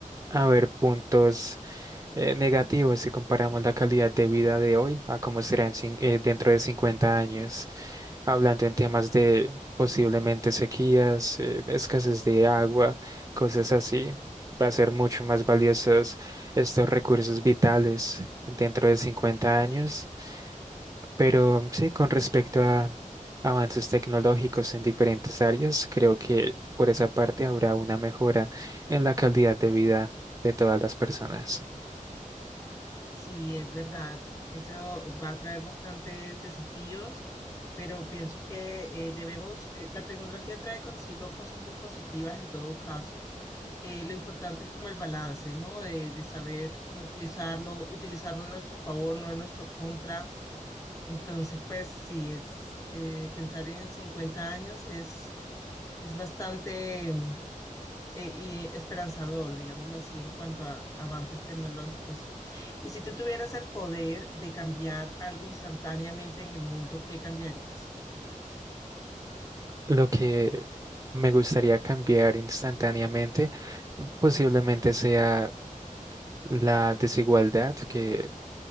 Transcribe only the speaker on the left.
Sí, es verdad, eso va a traer bastantes desafíos. Pero pienso que eh, debemos, eh, la tecnología trae consigo cosas muy positivas en todo caso, eh, lo importante es como el balance, ¿no? De, de saber cómo utilizarlo, utilizarlo a nuestro favor, no en nuestro contra. Entonces, pues sí, es eh, pensar en 50 años es, es bastante eh, y esperanzador, digámoslo así, en cuanto a avances tecnológicos. Y si tú tuvieras el poder de cambiar algo instantáneamente en el mundo, ¿qué cambiarías?